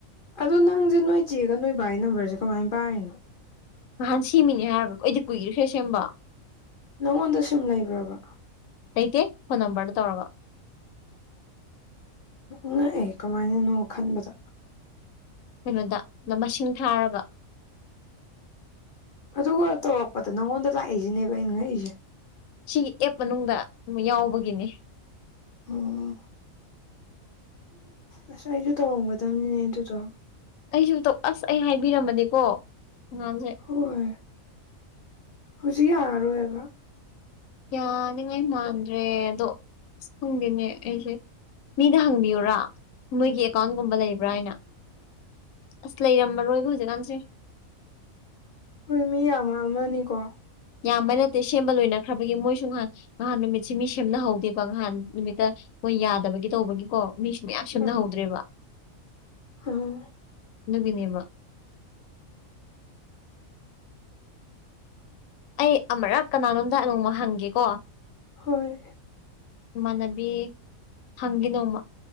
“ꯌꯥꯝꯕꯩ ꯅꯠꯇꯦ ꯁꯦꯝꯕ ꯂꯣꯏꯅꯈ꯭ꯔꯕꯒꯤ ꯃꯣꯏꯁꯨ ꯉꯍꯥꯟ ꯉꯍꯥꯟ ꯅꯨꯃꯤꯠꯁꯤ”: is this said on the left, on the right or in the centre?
Left